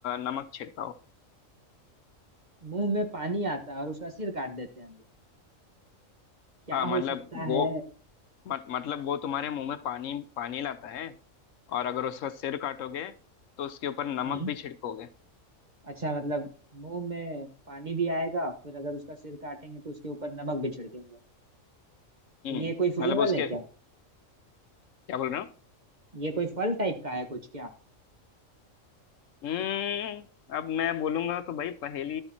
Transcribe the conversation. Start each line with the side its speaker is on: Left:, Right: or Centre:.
Left: नमक छिड़काओ
Right: मुंह में पानी आता है और उसका सिर काट देते हैं हम लोग क्या
Left: हाँ मतलब
Right: हो सकता
Left: वो
Right: है
Left: मत, मतलब वो तुम्हारे मुंह में पानी पानी लाता है और अगर उसका सिर काटोगे तो उसके ऊपर नमक
Right: हम्म
Left: भी छिड़कोगे
Right: अच्छा मतलब मुंह में पानी भी आएगा फिर अगर उसका सिर काटेंगे तो उसके ऊपर नमक भी छिड़केंगे
Left: हम्म
Right: ये कोई फल
Left: मतलब
Right: वल
Left: उसके
Right: है क्या
Left: क्या बोल रहे हो
Right: ये कोई फल टाइप का है कुछ क्या
Left: हम्म अब मैं बोलूंगा तो भाई पहेली